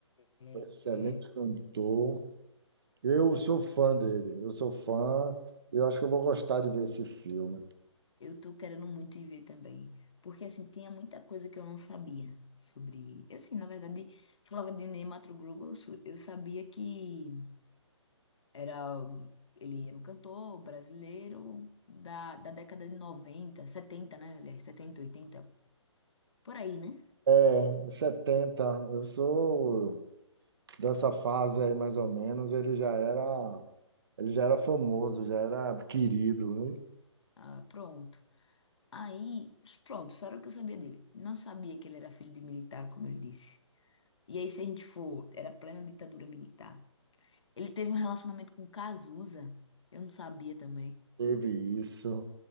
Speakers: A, on the left (about 65°); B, on the right (about 50°).
A: É,
B: Excelente
A: é.
B: cantor. Eu sou fã dele. Eu sou fã. Eu acho que eu vou gostar de ver esse filme.
A: Eu tô querendo muito ir ver também, porque assim, tinha muita coisa que eu não sabia sobre, Eu assim, na verdade, falava de Ney Matogrosso. eu, su- eu sabia que era, ele era um cantor brasileiro da, da década de 90, 70, né, aliás, 70, 80, por aí, né?
B: É, 70. Eu sou dessa fase aí, mais ou menos. Ele já era, ele já era famoso, já era querido, né?
A: Ah, pronto. Aí, pronto, só era o que eu sabia dele. Não sabia que ele era filho de militar, como ele disse. E aí, se a gente for, era plena ditadura militar. Ele teve um relacionamento com Cazuza. Eu não sabia também.
B: Teve isso.